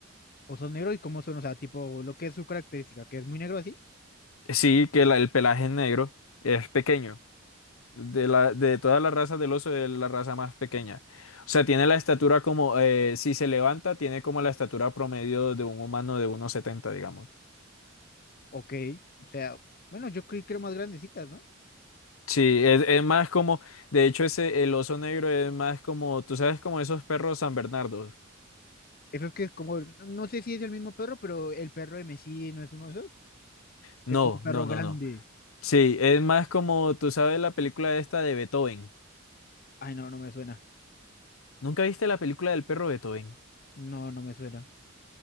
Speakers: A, on the left; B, on the left.
A: Osos negros y cómo son, o sea, tipo lo que es su característica, que es muy negro así.
B: Sí, que la- el pelaje es negro es pequeño. De la, de todas las razas del oso es la raza más pequeña. O sea, tiene la estatura como, eh, si se levanta, tiene como la estatura promedio de un humano de uno setenta, digamos.
A: Ok, o sea, bueno, yo creí que eran más grandecitas, ¿no?
B: Sí, es, es más como, de hecho, ese, el oso negro es más como, tú sabes, como esos perros San Bernardos.
A: Eso es que es como, no sé si es el mismo perro, pero el perro de Messi no es uno de esos.
B: No,
A: Es como un perro
B: no, no,
A: grande.
B: no. Sí, es más como, tú sabes, la película esta de Beethoven.
A: Ay, no, no me suena.
B: ¿Nunca viste la película del perro Beethoven?
A: No, no me suena.